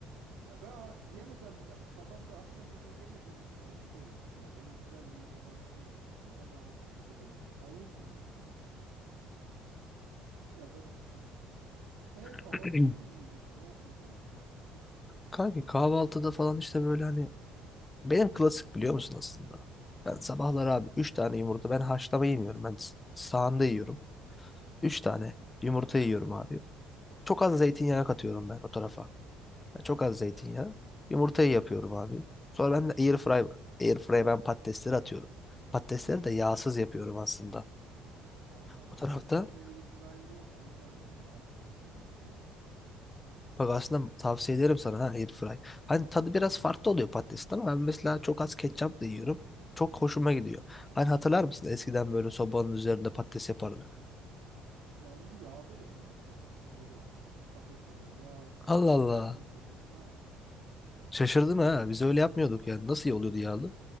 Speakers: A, on the right; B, on the left.
A: Ya ben a- yemesem bile kafamda akşam yemeği yemediğim için acıkıyorum mesela. Böyle güzel bir yemek hazırlıyorum. Ee, Hemen o düşünce gelince ağır yiyorum bir de. Ya garip bir şekilde. E kahvaltıda
B: <clears throat>
A: ne yiyeceksin? Ne yapmayı planlıyorsun?
B: Kanki kahvaltıda falan işte böyle hani benim klasik biliyor musun aslında? Ben sabahları abi 3 tane yumurta ben haşlama yemiyorum. Ben s- sahanda yiyorum. 3 tane yumurta yiyorum abi. Çok az zeytinyağı katıyorum ben o tarafa. Yani çok az zeytinyağı. Yumurtayı yapıyorum abi. Sonra ben air fry var. Air Airfry'e ben patatesleri atıyorum. Patatesleri de yağsız yapıyorum aslında.
A: Ha,
B: O tarafta
A: bak bende air fryer yok. O yüzden ben yağlı olduğunu düşünüyordum.
B: bak aslında tavsiye ederim sana ha air fry. Hani tadı biraz farklı oluyor patatesin ama ben mesela çok az ketçapla yiyorum. Çok hoşuma gidiyor. Hani hatırlar mısın eskiden böyle sobanın üzerinde patates yapardık.
A: Ya onu da yağda yapıyorduk biz. Öyle takır takır yağ
B: Allah
A: tavasının
B: Allah.
A: içinde. Ha.
B: Şaşırdım ha. Biz öyle yapmıyorduk yani. Nasıl iyi oluyordu yağlı?